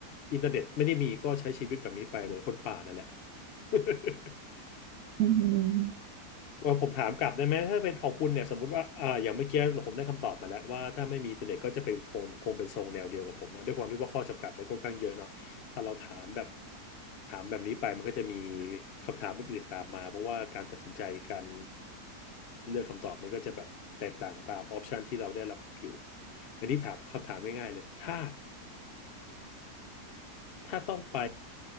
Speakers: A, on the left (about 65°); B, on the right (about 60°).
A: อินเทอร์เน็ตไม่ได้มีก็ใช้ชีวิตแบบนี้ไปเหมือนคนป่านั่นแหละ <laughs>
B: อืม
A: ว่าผมถามกลับได้ไหมถ้าเป็นของคุณเนี่ยสมมติว่าอ่าอย่างเมื่อกี้ผมได้คำตอบมาแล้วว่าถ้าไม่มีอินเทอร์เน็ตก็จะเป็นคงคงเป็นทรงแนวเดียวกับผมเนาะด้วยความที่ว่าข้อจำกัดมันก็ค่อนข้างเยอะเนาะถ้าเราถามแบบถามแบบนี้ไปมันก็จะมีคำถามอื่นๆตามมาเพราะว่าการตัดสินใจการเลือกคำตอบมันก็จะแบบแตกต่างตามออปชันที่เราได้รับอยู่อันนี้ถามคำถามง่ายๆเลยถ้าถ้าต้องไป